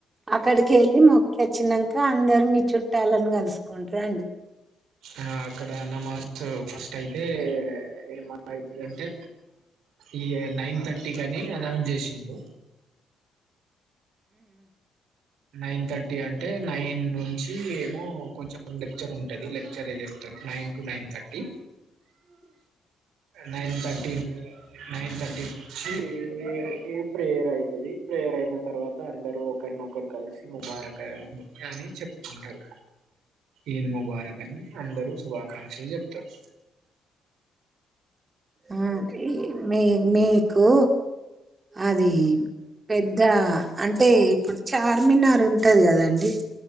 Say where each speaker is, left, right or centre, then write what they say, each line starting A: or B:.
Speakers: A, on the right (about 30°); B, on the right (about 80°).
A: అక్కడికెళ్ళి మొ తెచ్చినన్ కా అందరు మీ చుట్టాలని కలుసుకుంటరా అండి
B: ఆ అక్కడ నమాస్ ఫస్ట్ అయితే ఏమ <inaudible> అయితే అంటే ఈ నైన్ థర్టీ కని అనౌన్స్ చేసిండు. నైన్ థ టీ అంటే నైన్ నుంచి ఏమో కొంచెం లెక్చర్ ఉంటది, లెక్చర్ ఏ చెప్తారు nine to nine thirty. Nine thirty ఊ నైన్ థర్టీ ఈ ఈ ప్రేయర్ అయితది ప్రేయర్ అయినం తర్వాత అందరు ఒకరినొకరు కలిసి ముబారక్ అని చెప్పుకుంటారు ఈద్ ముబారక్ అని అందరు శుభాకాంక్షలు చెప్తారు
A: ఒకే మీ మీకు అది పెద్ద అంటే ఇప్పుడు చార్మినార్ ఉంటది కదా అండి